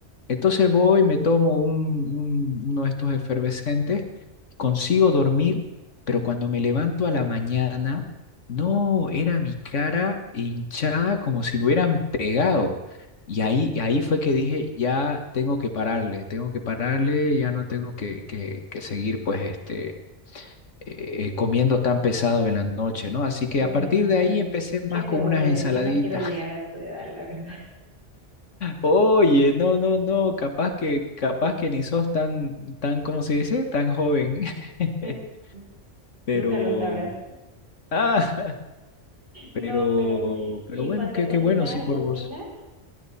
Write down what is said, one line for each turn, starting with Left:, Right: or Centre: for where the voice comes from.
Left: Entonces voy, me tomo un- un- uno de estos efervescentes, consigo dormir, pero cuando me levanto a la mañana, no, era mi cara hinchada como si me hubieran pegado. Y ahí, ahí fue que dije, ya tengo que pararle, tengo que pararle, ya no tengo que, que- que seguir pues este, eh, eh, comiendo tan pesado en la noche, ¿no? Así que
Right: Bueno,
Left: a partir de
Right: Daniel,
Left: ahí empecé más
Right: ¿qué te
Left: con
Right: voy
Left: unas
Right: a
Left: ensaladitas.
Right: decir? No quiero llegar a tu edad, la verdad.
Left: Oye, no, no, no, capaz que, capaz que ni sos tan, tan, ¿cómo se dice? Tan joven. <laughs>
Right: <laughs>
Left: Pero,
Right: Nunca lo sabrás.
Left: ah, pero,
Right: No, pero y
Left: pero
Right: en
Left: bueno,
Right: cuanto
Left: qué,
Right: a cocinar,
Left: qué bueno, sí, por
Right: cocina,
Left: vos.